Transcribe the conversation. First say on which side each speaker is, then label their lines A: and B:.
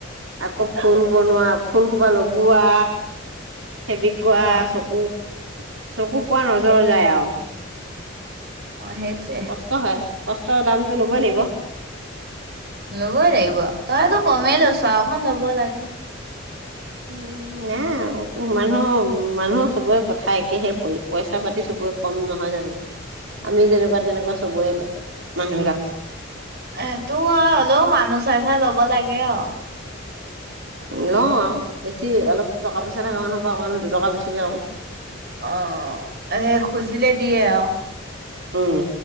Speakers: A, on the right (about 85°); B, on the right (about 55°).
A: আকৌ ফুল বনোৱা, ফুল সোপা লগোৱা। ফেব্ৰিক কৰা
B: অ'।
A: চকু চকু পোৱা নজৰ যায় আৰু
B: অ, সেইটোৱে
A: কষ্ট হয় কষ্টৰ দামটো ল'বই লাগিব।
B: ল'বই লাগিব। তইতো কমেই লৈছ, আৰু অকন ল'ব লাগে।
A: উ নাই, মানুহৰ- মানুহৰ চবৰে কথা একেহে, প-পইচা পাতি চবৰে কম নহয় জানো, আমি যেনেকুৱা তেনেকুৱা চবৰে মানুহ বিলাক।
B: এ তো আও হ'লেও মানুহ চাই চাই লব লাগে আও।
A: লওঁ আও, বেছি অলপ টকা পইচা থাকা মানুহৰপা‌ অকন দুটকা বেছিকে লওঁ।
B: অ', এই খুজিলে দিয়ে আৰু?
A: উম,